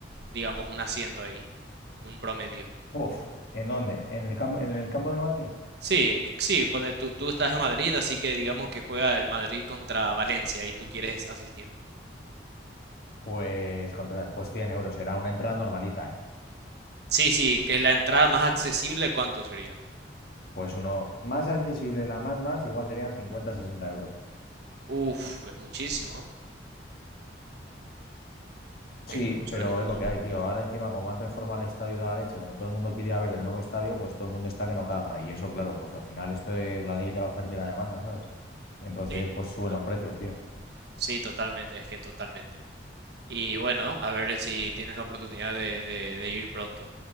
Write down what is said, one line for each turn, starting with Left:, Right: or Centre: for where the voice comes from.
Right: digamos, un asiento ahí, un promedio.
Left: Puf, ¿en dónde? ¿En el, camp- en el campo del Madrid?
Right: Sí, sí, pone, tú, tú estás en Madrid, así que digamos que juega el Madrid contra Valencia y tú quieres asistir.
Left: Pues, contra, pues 100 euros, era una entrada normalita, ¿eh?
Right: Sí, sí, que la entrada más accesible, ¿cuánto sería?
Left: Pues uno más accesible, la más más, igual serían 50 60 euros.
Right: Uf, es muchísimo.
Left: Sí,
Right: Es mucho.
Left: pero
Right: es-
Left: es lo que hay, tío. Ahora encima, como han reformado el estadio de la leche, como todo el mundo quiere ver el nuevo estadio, pues todo el mundo está que no caga. Y eso, claro, pues al final esto es la ley de la oferta y la demanda, ¿sabes? Entonces,
Right: sí,
Left: pues suben
Right: totalmente.
Left: los precios, tío.
Right: Sí, totalmente, es que totalmente. Y bueno, a ver si tienes la oportunidad de, de- de ir pronto.